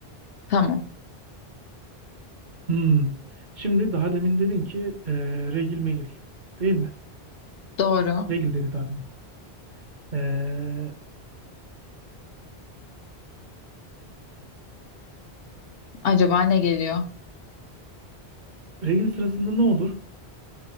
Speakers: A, on the left; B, on the right.
A: Tamam.
B: Hmm. Şimdi daha demin dedin ki e, regil megil. Değil mi?
A: Doğru.
B: Regil dedi daha demin. E,
A: Acaba ne geliyor?
B: regil sırasında ne olur?